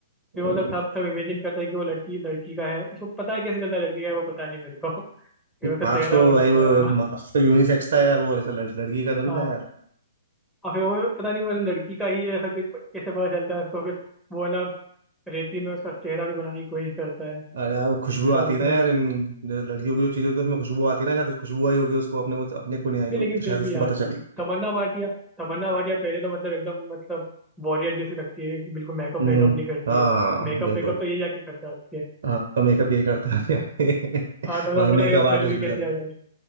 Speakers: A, in the centre; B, on the right (about 65°).
A: फिर वो
B: हम्म।
A: लोग सब सब इमेजिन करता है कि वो लड़की लड़की का है उसको पता है कैसे चलता है लड़की का है वो पता नहीं मेरे को <laughs> फिर उसका
B: मार्क्स
A: चेहरा
B: तो
A: बनाता
B: भाई वो
A: है वो
B: मार्क्स तो यूनिसेक्स था यार वो ऐसा लड़, लड़की का तो नहीं
A: हाँ
B: था यार
A: और फिर वो पता नहीं वो लड़की का ही है ऐसा कुछ कैसे पता चलता है उसको फिर वो ना रेती में उसका चेहरा भी बनाने की कोशिश करता है
B: अरे यार वो खुशबू
A: तो
B: आती
A: मतलब
B: है ना यार इन जो लड़कियों की जो चीज होती है उसमें खुशबू आती है ना शायद उस खुशबू आई होगी उसको अपने को अपने को नहीं आई
A: नहीं
B: होगी
A: लेकिन
B: तो
A: फिर
B: शायद
A: भी
B: उसको
A: यार
B: पता चल गया।
A: तमन्ना भाटिया तमन्ना भाटिया पहले तो मतलब एकदम मतलब वॉरियर जैसी लगती है बिल्कुल मेकअप
B: हम्म
A: वेकअप नहीं करती
B: हाँ
A: है मेकअप
B: बिल्कुल
A: वेकअप तो ये जाके करता है उसके
B: हाँ तो मेकअप ये करता है <laughs>
A: हाँ तो, तो
B: भाई
A: पता
B: मेकअप
A: नहीं वो स्मेल
B: आर्टिस्ट
A: भी
B: भी
A: कैसे
B: था
A: आई है।